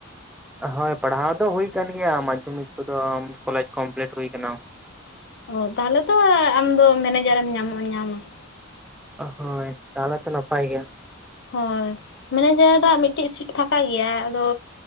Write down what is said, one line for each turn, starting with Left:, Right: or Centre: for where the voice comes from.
Centre: ᱦᱳᱭ ᱯᱟᱲᱦᱟᱣ ᱫᱚ ᱦᱩᱭ ᱟᱠᱟᱱ ᱜᱮᱭᱟ ᱢᱟᱫᱽᱫᱷᱚᱢᱤᱠ ᱠᱚᱫᱚ ᱠᱚᱞᱮᱡᱽ ᱠᱚᱢᱯᱞᱤᱴ ᱦᱩᱭᱟ ᱟᱠᱟᱱᱟ ᱾
Left: ᱚ ᱛᱟᱦᱚᱞᱮ ᱫᱚ ᱟᱢ ᱫᱚ ᱢᱮᱱᱮᱡᱟᱨᱮᱢ ᱧᱟᱢᱚᱜᱼᱟ ᱧᱟᱢᱟ ᱾
Centre: ᱦᱳᱭ ᱛᱟᱦᱚᱞᱮ ᱛᱚ ᱱᱟᱯᱟᱭ ᱜᱮᱭᱟ ᱾
Left: ᱦᱳᱭ ᱢᱮᱱᱮᱡᱟᱨᱟᱜ ᱢᱤᱫᱴᱤᱡ ᱥᱤᱴ ᱯᱷᱟᱠᱟ ᱜᱮᱭᱟ ᱟᱫᱚ